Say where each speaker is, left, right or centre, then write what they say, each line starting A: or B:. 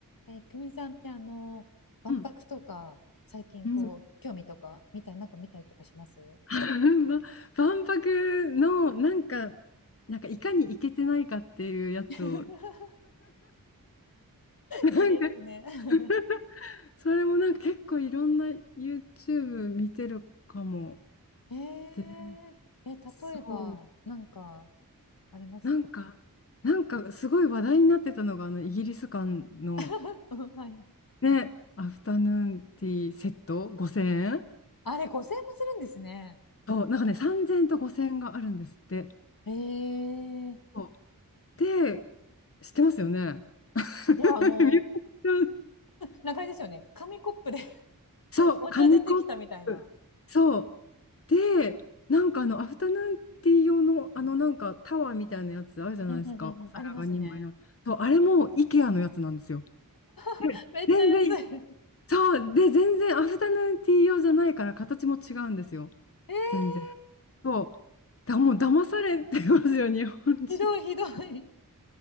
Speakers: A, on the left; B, on the left.
A: ね、久美さんってあの、万博とか、
B: うん、
A: 最近こう、
B: うん
A: 興味とか、みたい、なんか見たりとかします
B: <laughs> ば万博のなんか、なんかいかにイけてないかっていうやつを、
A: <laughs>
B: なんか
A: いいですね。<laughs>
B: <laughs> それもなんか結構いろんな YouTube 見てるかも。
A: えー、
B: で、
A: え、例えば、
B: そう、
A: なんか、ありました。
B: なんか、なんかすごい話題になってたのが、あのイギリス館の
A: <laughs> うんはい。
B: ね、アフタヌーンティーセット5000円
A: あれ、5000円もするんですね。
B: そう、なんかね、3000円と5000円があるんですって。
A: えー、い
B: そうで、知ってますよね。<laughs>
A: や、あの、なんかあれですよね。紙コップで <laughs>
B: そう、
A: お茶出てきたみたいな。
B: 紙コップ。そう。で、なんかあの、アフタヌーンティー用の、あの、なんかタワーみたいなやつあるじゃないですか。
A: うんうんうんうん、
B: お皿が2枚の。
A: ありますね。
B: そう、あれも IKEA のやつなんですよ。
A: <laughs>
B: で、
A: めっちゃ安い。
B: 全然、そう。で、全然アフタヌーンティー用じゃないから形も違うんですよ。
A: <laughs> えー、
B: 全然。そう。だ、もう騙されてますよ、日本人。
A: ひどいひどい。